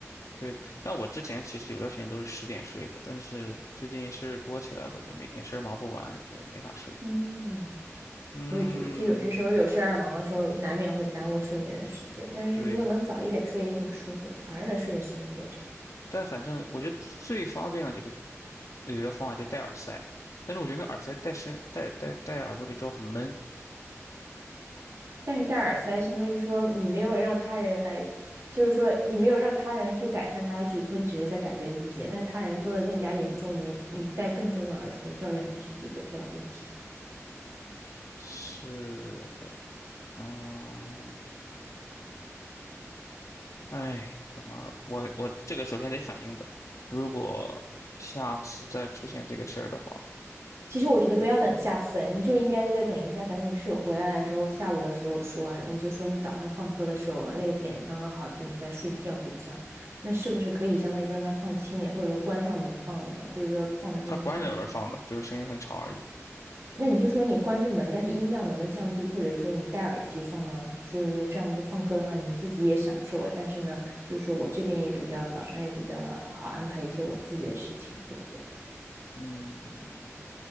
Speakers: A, on the left (about 70°); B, on the right (about 55°).
A: 对的。但我之前其实有段时间都是十点睡的，但是最近事儿多起来了，就每天事儿忙不完，就没法睡。
B: 嗯，
A: 嗯，
B: 我也觉得，就有些时候有事儿啊忙的时候，难免会耽误睡眠的时间，但是如果能早一点睡，
A: 对的，
B: 也挺舒服的，反而能睡的时间比较久。
A: 但反正我觉得最方便的就是有一个方法，就戴耳塞。但是我觉得那耳塞戴身戴戴戴耳朵里之后很闷。
B: 但是戴耳塞相当于说你没有让他人来，就是说你没有让他人去改善他的举措，你只是在改变自己。那他人做的更加严重，你你戴更重的耳塞，照样也是解决不了问题。
A: 是的，嗯，哎，怎么我我这个首先得反映的，如果下次再出现这个事儿的话，
B: 其实我觉得不要等下次，你就应该再等一下，等你室友回来的时候，下午的时候说，你就说你早上放歌的时候那个点刚刚好，你在睡觉补觉，那是不是可以相当于说让他放轻点，或者说关上门放呢？就是说放的声音轻点。
A: 它关着门放的，就是声音很吵而已。
B: 那你就说你关着门，但是音量能不能降低，或者说你戴耳机放呢？就是说这样子放歌的话，你自己也享受了，但是呢，就是说我这边也比较早上也比较好安排一些我自己的事情，对不对？
A: 嗯，